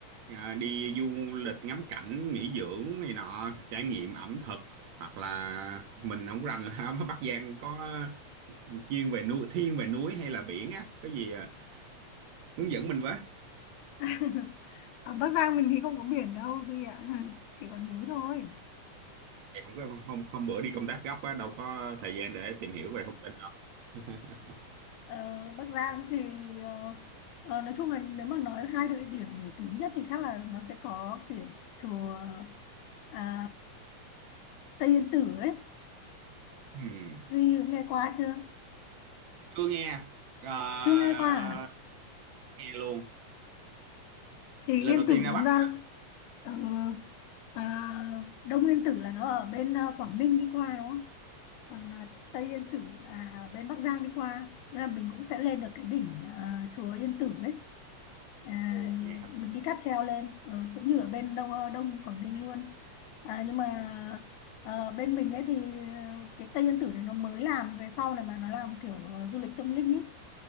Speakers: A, on the right (about 65°); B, on the left (about 80°).
A: ờ, đi du lịch ngắm cảnh nghỉ dưỡng này nọ trải nghiệm ẩm thực hoặc là mình không rành là <laughs> ở Bắc Giang có chuyên về núi thiên về núi hay là biển á cái gì ờ, hướng dẫn mình với
B: <laughs> Ở Bắc Giang mình thì không có biển đâu Duy ạ, <laughs> chỉ có núi thôi.
A: Thì không có hôm hôm bữa đi công tác gấp á đâu có thời gian để tìm hiểu về thông tin đó <laughs>
B: Ờ, Bắc Giang thì ờ, ờ, nói chung là nếu mà nói hai địa điểm nổi tiếng nhất thì chắc là nó sẽ có kiểu chùa à, Tây Yên Tử ấy.
A: Ừm,
B: Duy có nghe qua chưa?
A: chưa nghe Ờ,
B: Chưa nghe qua à?
A: chưa nghe luôn
B: Thì
A: lần
B: Yên
A: đầu
B: Tử
A: tiên ra
B: đúng
A: Bắc
B: ra
A: mà.
B: ờ, à, Đông Yên Tử là nó ở bên ờ, Quảng Ninh đi qua đúng không? Còn ờ, Tây Yên Tử là bên Bắc Giang đi qua. Nên là mình cũng sẽ lên được cái đỉnh ờ, chùa Yên Tử ấy. à,
A: ồ nghe hấp
B: mình
A: dẫn.
B: đi cáp treo lên ờ, cũng như ở bên Đông ờ, Đông Quảng Ninh luôn à, nhưng mà
A: Ừm,
B: ờ, bên mình ấy thì ờ, cái Tây Yên Tử này nó mới làm về sau này mà nó làm kiểu ờ, du lịch tâm linh ấy